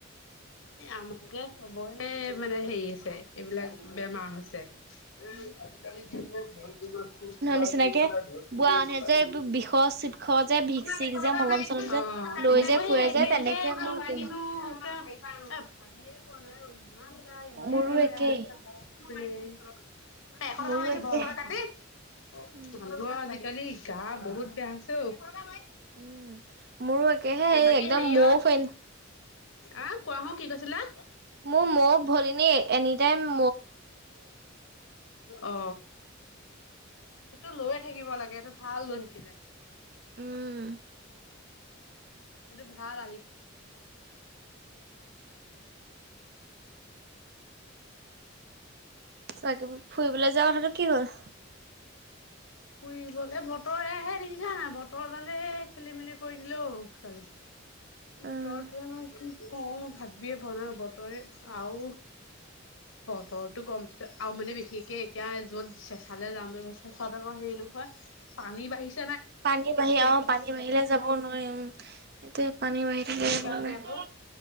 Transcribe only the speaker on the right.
উ
নিচিনাকে
বুঢ়া মানুহে
যে এইবোৰ বিষৰ চিষৰ যে ভিক চিক
যে মলম চলম
যে লৈ যে ফুৰে যে তেনেকে মোৰ একেই
মোৰো একেই
মোৰো
একেই
উম
উম মোৰো একেহে এই
একদম
মও ফেন
মোৰ ম ভৰিনি এনিটাইম
উম
তাকে ফুৰিবলৈ যোৱা কথাটো কি হল?
উম
পানী বাঢ়ি অ পানী বাঢ়িলে যাব নোৱাৰি উ সেতোৱে। পানী বাঢ়ি থাকিলে
একো
না